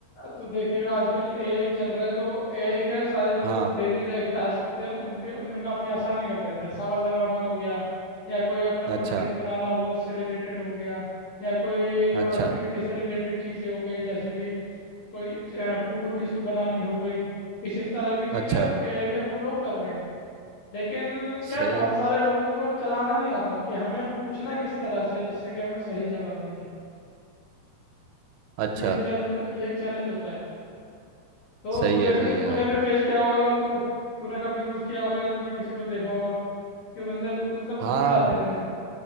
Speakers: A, on the left; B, on the right.
A: तू देखेगा आजकल एआई चल रहा है तो एआई क्या है सारे जो
B: हाँ
A: डेली लाइफ टास्क होते हैं उनके उनमें काफ़ी आसानी कर देता है सवाल जवाब में हो गया या कोई अपना
B: अच्छा
A: कंटेंट बनाना हुआ उससे रिलेटेड हो गया या कोई
B: अच्छा
A: प्रोडक्टिविटी से रिलेटेड चीज़ें हो गई जैसे कि कोई टू डू लिस्ट बनानी हो गई इस इस तरह की चीज़ें
B: अच्छा
A: एआई के थ्रू लोग कर रहे हैं लेकिन क्या
B: सही
A: है, बहुत सारे लोगों को चलाना नहीं आता कि हमें पूछना किस तरह से है, जिससे कि हमें सही जवाब मिले
B: अच्छा
A: ये एक चैलेंज ये एक चैलेंज होता है तो
B: सही
A: तूने
B: है
A: भी
B: सही है
A: तूने
B: भाई
A: भी फेस किया होगा अगर तू तूने कभी यूज़ किया होगा या तूने किसी को देखा होगा कि बंदे को- मतलब कुछ
B: हाँ
A: भी डाल देते हैं